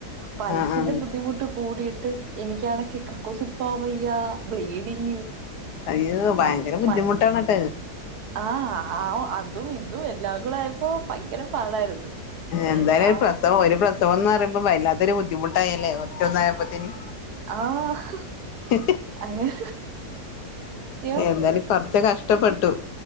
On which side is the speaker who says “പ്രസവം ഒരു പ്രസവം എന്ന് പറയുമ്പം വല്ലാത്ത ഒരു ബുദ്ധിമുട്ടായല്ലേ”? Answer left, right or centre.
Left